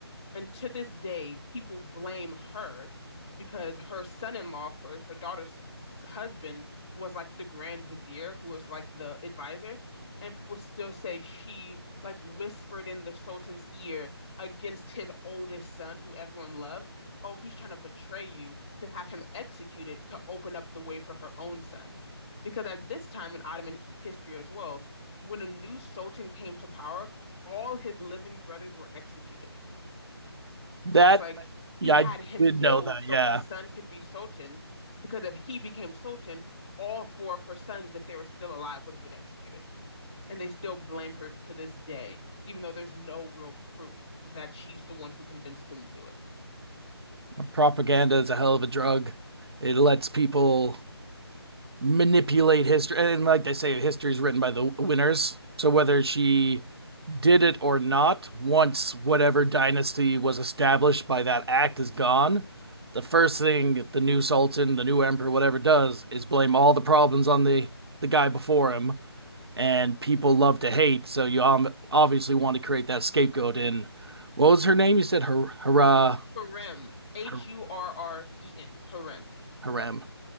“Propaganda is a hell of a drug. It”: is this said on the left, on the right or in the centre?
Right